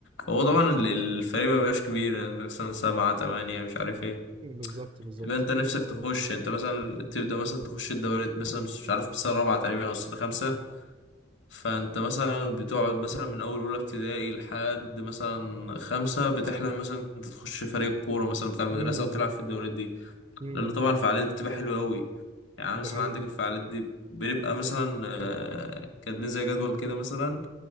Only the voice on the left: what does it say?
فهو
طبعا ال- الفريق ما بيبقاش كبير يعني مثلا سبعة تمانية مش عارف ايه
تبقى انت نفسك تخش انت مثلا تبدأ مثلا تخش الدوريات مثلا مش مش عارف السنة الرابعة تقريبا او السنة الخامسة فانت مثلا بتقعد مثلا من اول اولى ابتدائي لحد مثلا خمسة بتحلم مثلا انت تخش فريق كورة مثلا بتاع المدرسة
وتلعب في الدوريات دي
لأن طبعا الفعاليات بتبقى حلوة أوي يعني
مثلا
عندك الفعاليات دي بنبقى مثلا آه، كاتبين زي جدول كده مثلا